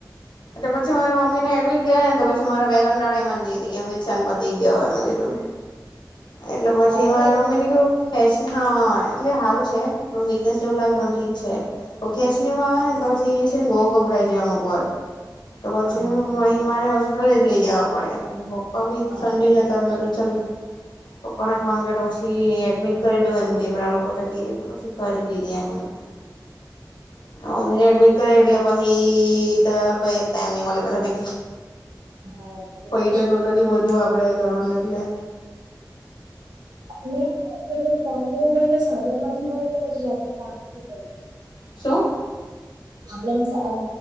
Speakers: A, on the left (about 90°); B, on the right (about 65°).
A: તો પછી મારે મમીને એડમિટ ગયા, ને તો પછી મારા બે ત્રણ દાળામા જ નીકળી ગયા, પછી કેમ ચાલ પતી ગયો આવે મેં કીધું એટલે, પછી
B: આવી
A: મારી
B: ગયા
A: મમ્મી ને કેવું ખે હા, એટલે હારુ છે. વિકનેસ જેવું લાગે પણ ઠીક છે તો ખેચ નેવું આવે ને તો પછી ગભરાય જાય અમુક વાર તો પછી
B: હા
A: મા મા મારે લઈ જવા પડે પછી પપ્પા ભી
B: હા
A: સંડે જતા હતા મેં કીધું ચાલ પપ્પા ને ફોન કર પછી એડમિટ કરી દ એમ કે પેલા લોકો તો કે પછી કરી દીધી
B: હા
A: એડમિટ મમ્મીને એડમિટ કરે એટલે પહિ ત કઈ જ ટાઈમ ની મલે બધાને
B: હા
A: પહીં તો ટોટલી બધુ આપડે કરવાનું એટલે
B: મેમ કે કે ફોર્મ ને એવું ભરે તો સાયબરમાંથી ભરે કે પછી જાતે ફોનમાંથી ભરે
A: શું
B: આપડે એમ